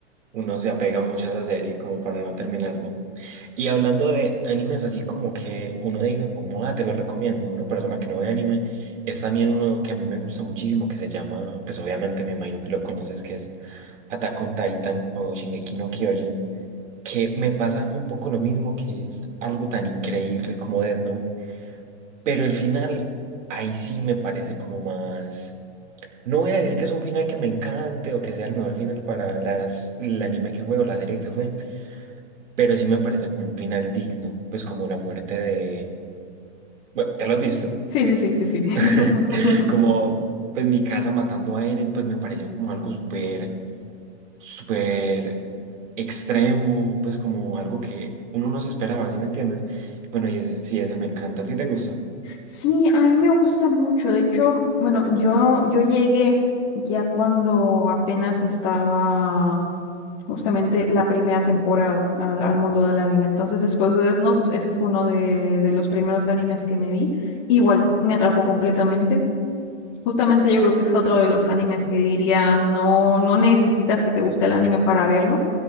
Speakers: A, on the right; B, on the left.
A: uno se apega mucho a esa serie como para no terminarlo. Y hablando de animes, así como que uno diga como, ah, te lo recomiendo, una persona que no ve anime, es también uno que a mí me gusta muchísimo, que se llama, pues obviamente me imagino que lo conoces, que es Attack on Titan o Shingeki no Kyojin, que me pasa un poco lo mismo, que es algo tan increíble como Death Note, pero el final ahí sí me parece como más... No voy a decir que es un final que me encante o que sea el mejor final para las, el anime que fue o la serie que fue, pero sí me parece como un final digno, pues como la muerte de... Bueno, te lo has visto.
B: Sí, sí, sí, sí, sí. <laughs>
A: <laughs> Como pues mi casa matando a Eren, pues me pareció como algo súper, súper extremo, pues como algo que uno no se esperaba, ¿sí me entiendes? Bueno, y ese sí, ese me encanta. ¿A ti te gusta?
B: Sí, a mí me gusta mucho, de hecho, bueno, yo, yo llegué ya cuando apenas estaba justamente la primera temporada al, al mundo del anime, entonces después de Death Note, ese fue uno de de los primeros animes que me vi, igual, me atrapó completamente. Justamente yo creo que es otro de los animes que diría, no, no necesitas que te guste el anime para verlo.